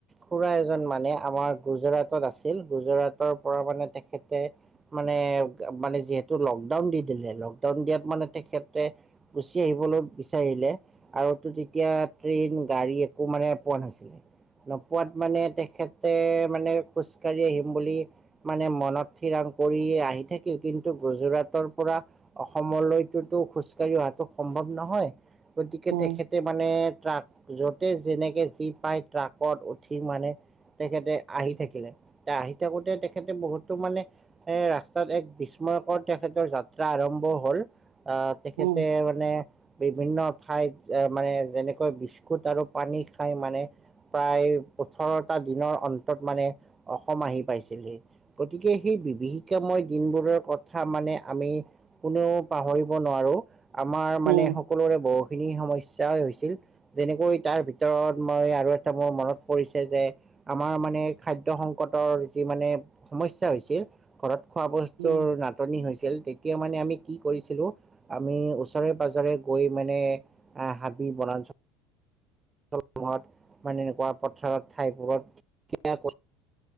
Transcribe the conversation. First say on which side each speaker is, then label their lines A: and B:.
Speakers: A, on the right (about 25°); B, on the right (about 70°).
A: খুৰা এজন মানে আমাৰ গুজৰাটত আছিল। গুজৰাটৰ পৰা মানে তেখেতে মানে' মানে যিহেতু লকডাউন দি দিলে লকডাউন দিয়াত মানে তেখেতে গুচি আহিবলৈ বিচাৰিলে। আৰু তো তেতিয়া ট্ৰেইন গাড়ী একো মানে পোৱা নাছিলে। নোপোৱাত মানে তেখেতে মানে খোজকাঢ়ি আহিম বুলি মানে মনত থিৰাং কৰিয়ে আহি থাকিল। কিন্তু গুজৰাট গুজৰাটৰ পৰা অসমলৈতো খোজকাঢ়ি অহাটো সম্ভৱ নহয়। গতিকে
B: উম
A: তেখেতে মানে ট্ৰাক য'তে যেনেকে যি পাই ট্ৰাকত উঠি মানে তেখেতে আহি থাকিলে। আহি থাকোতে তেখেতে বহুতো মানে এ' ৰাস্তাত এক <unintelligible> তেখেতৰ যাত্ৰা আৰম্ভ হ'ল। আহ তেখেতে
B: উম
A: মানে বিভিন্ন ঠাইত এ' মানে যেনেকৈ বিস্কুট আৰু পানী খাই মানে প্ৰায় ওঠৰটা দিনৰ অন্তত মানে অসম আহি পাইছিলহি। গতিকে সেই বিভীষিকা ময় দিনবোৰৰ কথা মানে আমি কোনেও পাহৰিব নোৱাৰো আমাৰ
B: উম
A: মানে সকলোৰে বহুখিনি সমস্যাই হৈছিল। যেনেকৈ, তাৰ ভিতৰত মই আৰু এটা মোৰ মনত পৰিছে যে, আমাৰ মানে খাদ্য সংকটৰ যি মানে সমস্যা হৈছিল ঘৰত খোৱা বস্তুৰ
B: উম
A: নাটনি হৈছে! ছিল। তেতিয়া মানে, আমি কি কৰিছিলোঁ? আমি ওচৰে-পাজৰে গৈ মানে আঁ হাবি, বনাঞ্চল <unintelligible> এনেকুৱা পথাৰত ঠাইবোৰত <unintelligible>